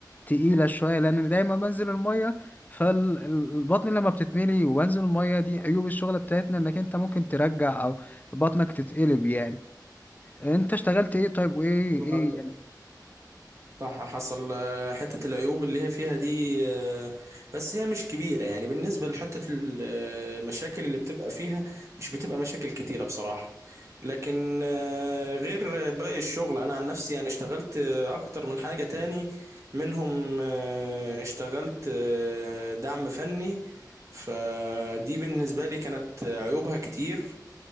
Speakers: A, on the left; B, on the right.
A: تقيله شويه لان دايما بنزل الميه فالبطن لما بتتملي وانزل الميه دي عيوب الشغل بتاعتنا انك انت ممكن ترجع او بطنك تتقلب يعني انت اشتغلت ايه طيب وايه
B: ايوه
A: ايه
B: ايوه
A: يعني
B: صح حصل آه، حتة العيوب اللي هي فيها دي آه، بس هي مش كبيرة يعني بالنسبة لحتة ال- آه، المشاكل اللي بتبقى فيها مش بتبقى مشاكل كتيرة بصراحة لكن آه، غير باقي الشغل أنا عن نفسي يعني اشتغلت آه، أكتر من حاجة تاني منهم آه، اشتغلت آه، دعم فني فدي بالنسبة لي كانت عيوبها كتير